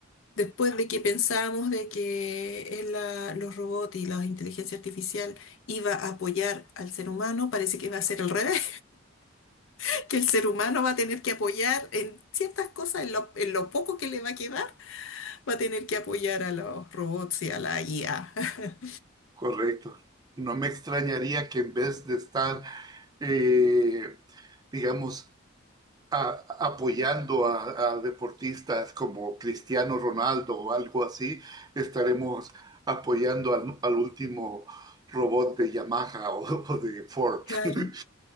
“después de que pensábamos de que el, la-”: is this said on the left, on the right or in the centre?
Left